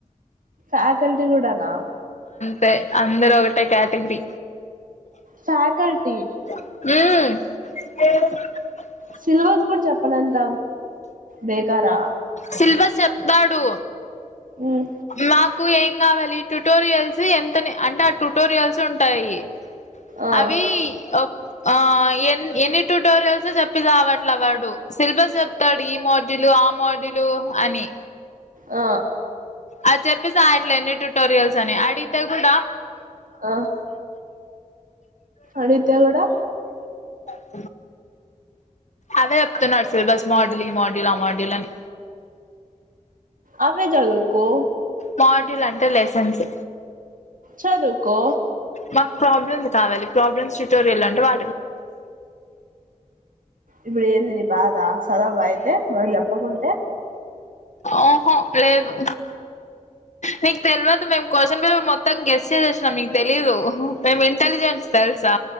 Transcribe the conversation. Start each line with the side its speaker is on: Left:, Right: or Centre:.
Right: ఫ్యాకల్టీ కూడానా
Left: పె అందరూ ఒకటె క్యాటగిరి
Right: ఫ్యాకల్టీ
Left: హ్మ్
Right: సిలబస్ కూడా చెప్పనంత బెకరా
Left: సిలబస్ చెప్తాడు
Right: మ్మ్
Left: మా కు ఏం కావాలి ట్యుటోరియల్స్ ఎంత అని అంటే ఆ ట్యుటోరియల్స్ ఉంటాయి
Right: ఆ
Left: అవి ఓ అ ఎన్ ఎన్ని ట్యూటోరియల్స్ చెప్పిసవట్ల వాడు సిలబస్ చెప్తాడు ఈ మాడ్యూల్ ఆ మాడ్యూల్ అని
Right: ఆ
Left: అది జెప్పిసవట్లే ఎన్ని ట్యూటోరియల్స్ అని అడిగితే కూడా
Right: ఆ అడుగుతే కూడా
Left: అ అదే చెప్తున్నాడు సిలబస్ మాడ్యూల్ ఈ మాడ్యూల్ ఆ మాడ్యూల్ అని
Right: అవే చదువుకో
Left: మాడ్యూల్ అంటే లెసన్స్
Right: చదువుకో
Left: మాకు ప్రాబ్లమ్స్ కావాలి ప్రాబ్లమ్స్ ట్యూటోరియల్ అంటే వా
Right: ఇప్పుడు ఏంది ని బాధ చదవా అయితే వాడు చెప్పకుంటే
Left: ఆహా లేదు మీకు తెల్వదు మేము క్వశ్చన్ పేపర్ మొత్తం గెస్ చేసేసినం మీకు తెలీదు మేము ఇంటెలిజెన్స్ తెల్ తెల్సు